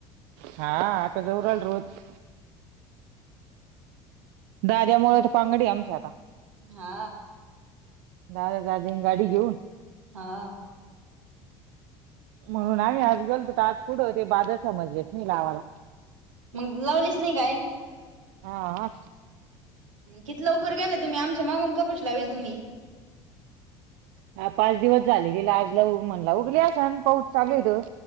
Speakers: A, on the right; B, on the right.
A: हा आता जऊ रायला रोज. दाद्यामुळत पांगडीय आमची आता.
B: हा.
A: दाद्या जात जाईन गाडी घेऊन.
B: हा.
A: म्हणून आम्ही आज गलतो त आज पुढं होते बाधा समजलेत नही लावाला.
B: मग लावलीच नाही काय?
A: हा.
B: किती लवकर गेला तुम्ही, आमच्या मागून कपशी लावेल तुम्ही.
A: हा पाच दिवस झाले गे ला आजला म्हणला उघली अस सण पाऊच चालूयत.